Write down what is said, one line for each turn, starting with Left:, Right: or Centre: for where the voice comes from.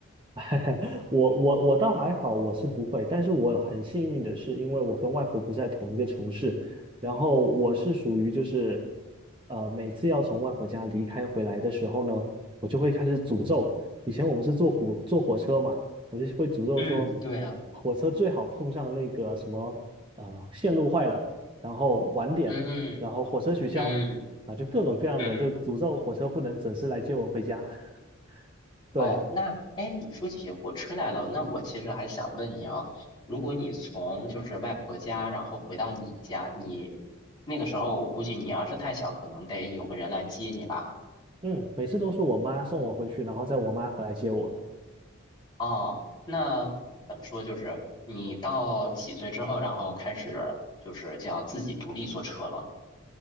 Right: <laughs> 我我我倒还好，我是不会，但是我很幸运的是，因为我跟外婆不是在同一个城市，然后我是属于就是，呃，每次要从外婆家离开回来的时候呢，我就会开始诅咒。以前我们是坐火坐火车嘛，我就会诅咒说，
Left: 嗯，对啊，
Right: 火车最好碰上那个什么，呃，线路坏了，然后晚点，
Left: 嗯
Right: 然后火车取消，
Left: 嗯
Right: 啊，就各种各样的，
Left: 嗯。
Right: 就诅咒火车不能准时来接我回家。<laughs> 对。
Left: 哦，那哎，你说起火车来了，那我其实还想问你啊，如果你从就是外婆家，然后回到你家，你那个时候我估计你要是太小，可能得有个人来接你吧？
Right: 嗯，每次都是我妈送我回去，然后再我妈回来接我。
Left: 哦，那怎么说，就是你到几岁之后，然后开始就是叫自己独立坐车了。